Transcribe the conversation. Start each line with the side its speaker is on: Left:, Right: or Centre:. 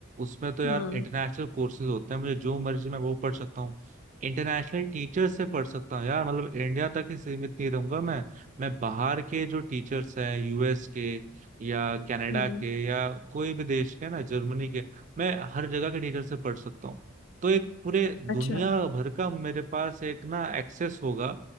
Right: उसमें तो यार
Left: हम्म
Right: इंटरनेशनल कोर्सेज होते हैं मुझे जो मर्जी मैं वो पढ़ सकता हूँ इंटरनेशनल टीचर से पढ़ सकता हूँ यार मतलब इंडिया तक ही सीमित नहीं रहूंगा मैं मैं बाहर के जो टीचर्स हैं यूएस के या कनाडा
Left: हम्म
Right: के या कोई भी देश के ना जर्मनी के मैं हर जगह के टीचर से पढ़ सकता हूँ तो एक पूरे
Left: अच्छा
Right: दुनिया भर का मेरे पास एक ना एक्सेस होगा